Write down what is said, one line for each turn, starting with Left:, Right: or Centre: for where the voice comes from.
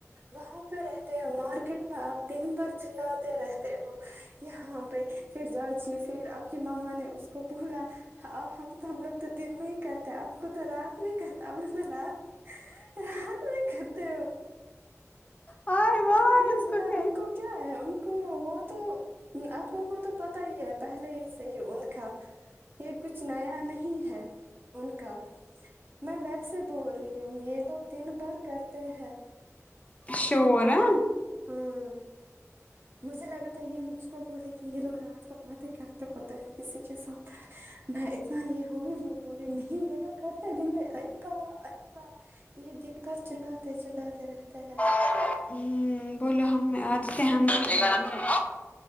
Right: وہاں پہ رہتے ہیں مارکیٹ میں آپ دن بھر چلاتے رہتے ہو یہاں پہ پھر جاچیے پھر آ پ کی مما نے اس کو بولا اب ہم تو ہم لوگ تو دن میں ہی کرتے آپ کو تو رات میں کرتا آپ لوگ تو رات رات میں کرتے ہو
Left: ہائے واہ
Right: پھر
Left: اس
Right: بلا
Left: کیا
Right: ان کو کیا ہے ان کو وہ تو آپ لوگوں کو تو پتا ہی ہے پہلے ہی سے ہی ان کا یہ کچھ نیا نہیں ہے ان کا میں ویسے بول رہی ہوں یہ لوگ دن بھر کرتے ہیں
Left: شور ہیں
Right: ہوں مجھے لگا تھا یہ مج اس کو بولے کہ یہ لوگ رات کو باتیں کرتے وق ت لگتا ہے کسی کے ساتھ میں ات نا یہ ہو رہی وہ ہو رہی نہیں یہ لوگ کہتے دن پہ اریبہ اریبہ یہ دن بھر چلاتے چلاتے رہتے ہیں
Left: ہوں بولو ہم آج سے ہم ہے نہ